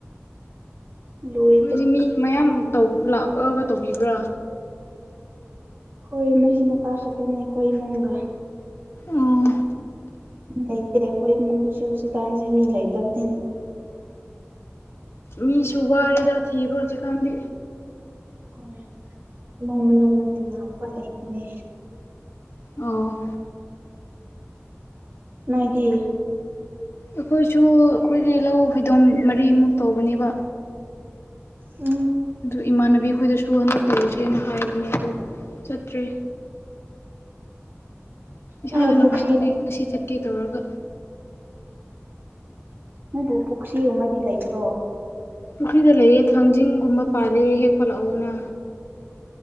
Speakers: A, on the right (about 50°); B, on the left (about 65°).
A: ꯂꯣꯏ
B: ꯅꯣꯏꯗꯤ ꯃꯤ ꯃꯌꯥꯝ ꯂꯥꯛꯑꯒ ꯇꯧꯕꯤꯕ꯭ꯔꯥ
A: ꯍꯣꯏ ꯃꯔꯤ ꯃꯇꯥ ꯈꯛꯇꯅꯤ ꯑꯩꯈꯣꯏ ꯏꯃꯨꯡꯒ
B: ꯎꯝ
A: ꯂꯩꯇꯦ ꯑꯩꯈꯣꯏ ꯏꯃꯨꯡꯗꯁꯨ ꯍꯧꯖꯤꯛꯀꯥꯟꯁꯦ ꯃꯤ ꯂꯩꯇꯕꯗꯤꯅ
B: ꯃꯤꯁꯨ ꯋꯥꯦꯗ ꯊꯤꯕꯖꯤꯀꯥꯟꯗꯤ
A: ꯍꯣꯏ ꯏꯃꯨꯡ ꯃꯅꯨꯡ ꯅꯠꯇꯅ ꯋꯥ ꯂꯩꯇꯦ
B: ꯑ
A: ꯅꯣꯏꯗꯤ
B: ꯑꯩꯈꯣꯏꯁꯨ ꯑꯩꯈꯣꯏꯒꯤ ꯂꯧ ꯍꯣꯏꯗꯣꯝ ꯃꯔꯤꯃꯨꯛ ꯇꯧꯕꯅꯦꯕ
A: ꯎꯝ
B: ꯑꯗꯨ ꯏꯃꯥꯟꯅꯕꯤ ꯑꯩꯈꯣꯏꯗꯁꯨ ꯍꯟꯗꯛ ꯇꯧꯔꯨꯁꯦꯅ ꯍꯥꯏꯕꯅꯦ ꯑꯗꯨ ꯆꯠꯇ꯭ꯔꯦ ꯏꯁꯥꯗ
A: ꯅꯣꯏ
B: ꯅꯨꯡꯉꯥꯏꯇꯕꯒꯤ
A: ꯄꯨꯈ꯭ꯔꯤ
B: ꯉꯁꯤ ꯆꯠꯀꯦ ꯇꯧꯔꯒ
A: ꯅꯣꯏꯕꯨ ꯄꯨꯈ꯭ꯒ ꯑꯃꯗꯤꯗꯤ ꯂꯩꯇ꯭ꯔꯣ
B: ꯄꯨꯈ꯭ꯔꯤꯗ ꯂꯩꯌꯦꯦ ꯊꯥꯡꯖꯤꯡꯒꯨꯝꯕ ꯄꯥꯜꯂꯦ ꯍꯦꯛꯄꯠꯂꯛꯑꯣꯅ